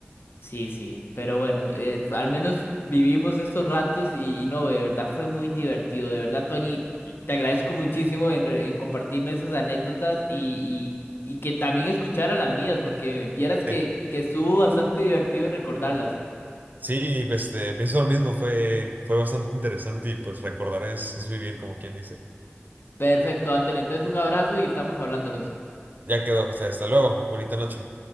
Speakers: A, on the left; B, on the right.
A: Sí, sí, pero bueno, eh, al menos vivimos estos ratos y, y no, de verdad fue muy divertido, de verdad, Tony, te agradezco muchísimo en, re- en compartirme esas anécdotas y, y, y que también escuchara las mías, porque vieras que,
B: Sí,
A: que estuvo bastante divertido recordarlas.
B: Sí, pues, este, pienso lo mismo, fue, fue bastante interesante y pues recordar es, es vivir, como quien dice.
A: Perfecto, Antonio, entonces un abrazo y estamos hablándonos.
B: Ya quedó, José. Hasta luego. Bonita noche.